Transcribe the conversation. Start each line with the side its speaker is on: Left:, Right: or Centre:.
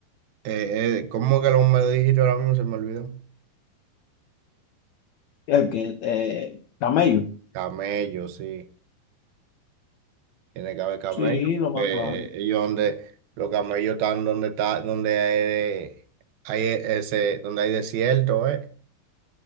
Right: eh, eh, ¿cómo que lo me dijiste ahora mismo? Se me olvidó.
Left: El que, eh, camello.
Right: Camellos, sí. Tiene que haber camellos.
Left: Sí, lo más
Right: eh,
Left: claro.
Right: ellos donde, los camellos están donde está, donde hay, hay ese, donde hay desierto, ¿eh?